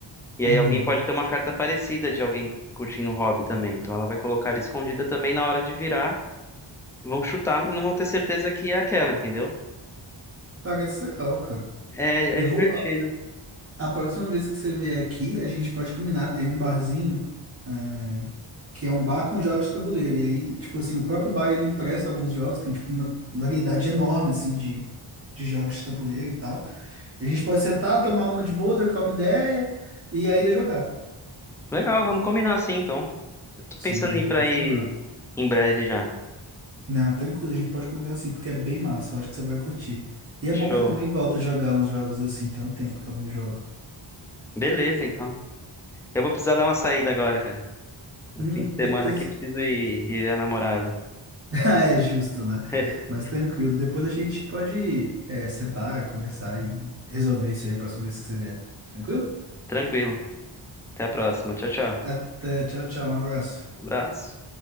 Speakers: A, in the centre; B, on the right.
A: E
B: Uhum.
A: aí alguém pode ter uma carta parecida de alguém curtindo um hobby também. Então ela vai colocar escondida também na hora de virar. Vão chutar, mas não vão ter certeza que é aquela, entendeu?
B: Parece legal, cara.
A: É,
B: Eu
A: é divertido.
B: vou. A a próxima vez que você vier aqui, a gente pode combinar. Tem um barzinho, é, que é um bar com jogos de tabuleiro. E aí, tipo assim, o próprio bar ele empresta alguns jogos. Tem, tipo, uma variedade enorme, assim, de, de jogos de tabuleiro e tal. E a gente pode sentar, tomar uma de boa, trocar uma ideia e ainda jogar.
A: Legal, vamos combinar assim então. Eu tô
B: Sim,
A: pensando
B: a gente
A: em ir pra
B: pode
A: ir
B: combinar.
A: em breve já.
B: Não, tranquilo, a gente pode combinar assim, porque é bem massa, eu acho que você vai curtir. E
A: Show.
B: é bom que eu também volto a jogar uns jogos assim, tem um tempo que eu não jogo.
A: Beleza, então. Eu vou precisar dar uma saída agora, cara. No
B: Hum,
A: fim de semana
B: beleza.
A: aqui preciso
B: <laughs>
A: ir, ir ver a namorada.
B: Ah, É justo, né?
A: <laughs>
B: Mas tranquilo, depois a gente pode é, sentar, conversar e resolver isso aí a próxima vez que você vier. Tranquilo?
A: Tranquilo. Até a próxima. Tchau, tchau.
B: Até, tchau, tchau, um abraço.
A: Abraço.